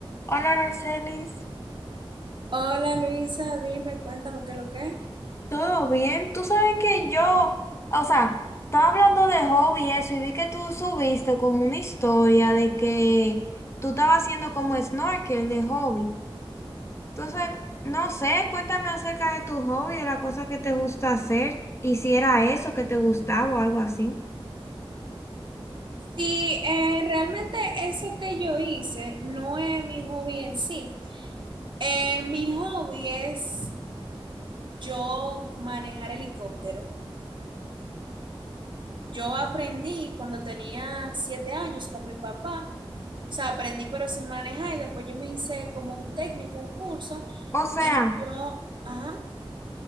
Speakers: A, on the left; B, on the right.
A: Hola, Aracelis.
B: Hola Luisa, dime, cuéntame qué es lo que es.
A: ¿Todo bien? Tú sabes que yo, o sea, estaba hablando de hobby y eso, y vi que tú subiste como una historia de que tú estabas haciendo como snorkel de hobby. Entonces, no sé, cuéntame acerca de tu hobby, de la cosa que te gusta hacer, y si era eso que te gustaba o algo así.
B: Sí, eh, realmente eso que yo hice no es mi hobby en sí. Eh, mi hobby es yo manejar helicóptero. Yo aprendí cuando tenía siete años con mi papá. O sea, aprendí pero sin manejar y después yo me hice como un técnico, un curso
A: O sea,
B: y yo, ajá.